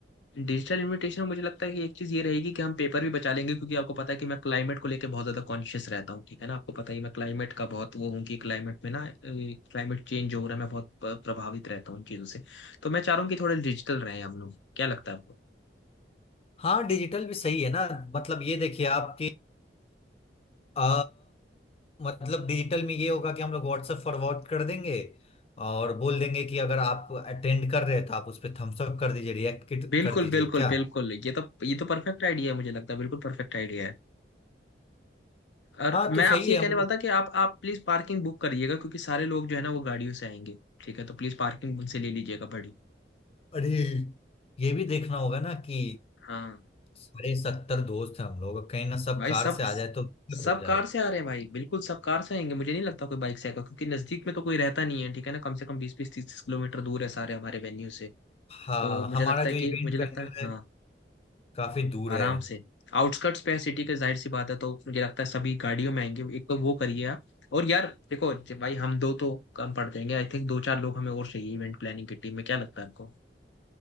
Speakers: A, on the left; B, on the left.
A: डिजिटल इनविटेशन में मुझे लगता है कि एक चीज ये रहेगी कि हम पेपर भी बचा लेंगे क्योंकि आपको पता है कि मैं क्लाइमेट को लेके बहुत ज्यादा कॉन्शियस रहता हूँ ठीक है ना आपको पता ही है, मैं क्लाइमेट का बहुत वो हूँ कि क्लाइमेट में ना क्लाइमेट चेंज हो रहा है मैं बहुत प- प्रभावित रहता हूँ इन चीजों से तो मैं चाह रहा हूँ कि थोड़ा डिजिटल रहे हम लोग क्या लगता है आपको
B: हाँ डिजिटल भी सही है ना मतलब ये देखिए आपकी आ, मतलब डिजिटल में ये होगा कि हम लोग व्हाट्सएप फॉरवर्ड कर देंगे और बोल देंगे कि अगर आप अटेंड कर रहे हैं तो आप उस पर थम्स अप कर दीजिए रिएक्ट
A: बिल्कुल
B: कर दीजिए
A: बिल्कुल
B: क्या
A: बिल्कुल ये तो ये तो परफेक्ट आइडिया है मुझे लगता है बिल्कुल परफेक्ट आइडिया है और
B: हाँ
A: मैं
B: तो सही
A: आपसे ये
B: है
A: कहने
B: हम लोग
A: वाला था कि आप आप प्लीज पार्किंग बुक करिएगा क्योंकि सारे लोग जो है ना वो गाड़ियों से आएंगे ठीक है तो प्लीज पार्किंग उनसे ले लीजिएगा बड़ी
B: अरे ये भी देखना होगा ना कि
A: हाँ
B: सारे सत्तर दोस्त हैं हम लोग कहीं ना सब
A: भाई
B: कार
A: सब
B: से आ जाए तो दिक्कत
A: सब
B: हो जाए
A: कार से आ रहे हैं भाई बिल्कुल सब कार से आएंगे मुझे नहीं लगता कोई बाइक से आएगा क्योंकि नजदीक में तो कोई रहता नहीं है ठीक है ना कम से कम बीस बीस तीस तीस किलोमीटर दूर है सारे हमारे वेन्यू से
B: हाँ
A: तो मुझे
B: हमारा
A: लगता है
B: जो
A: कि
B: इवेंट
A: मुझे लगता
B: वेन्यू
A: है
B: है
A: हाँ
B: काफी दूर
A: आराम
B: है
A: से आउटस्कर्ट्स पे है सिटी के जाहिर सी बात है तो मुझे लगता है सभी गाड़ियों में आएंगे एक तो वो करिए आप और यार देखो जे- भाई हम दो तो कम पड़ जाएंगे आई थिंक दो चार लोग हमें और चाहिए इवेंट प्लानिंग की टीम में क्या लगता है आपको